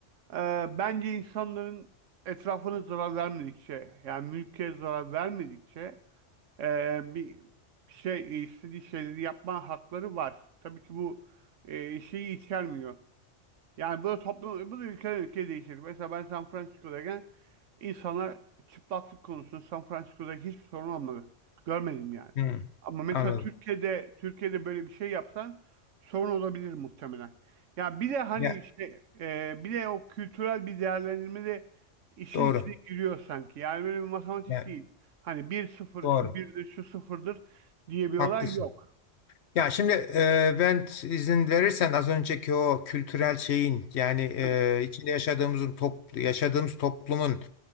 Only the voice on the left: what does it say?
Hı,
anladım.
Ya
doğru.
Ya
doğru.
Haklısın.
Ya şimdi e, ben izin verirsen az önceki o kültürel şeyin yani e,
içinde yaşadığımızın top, yaşadığımız toplumun